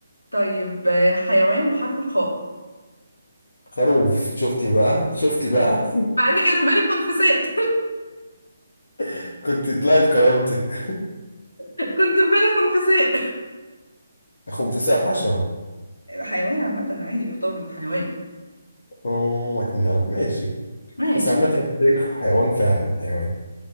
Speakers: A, on the left; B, on the left.
A: طيب آه، حيوان بحرف الخاء
B: خروف شفتي بقى شفتي بقى
A: مع ان كان في بالي خنفساء <laughs>
B: <laughs> كنت تلاقي بكرامتك
A: كنت في بالي خنفساء
B: خنفساء حشرة <laughs>
A: <laughs> حيوان عامة عادي بيعتبر من حيوان
B: اوه احنا ماشي
A: ماشي
B: بس عامة الفكرة حيوان فعلا حيوان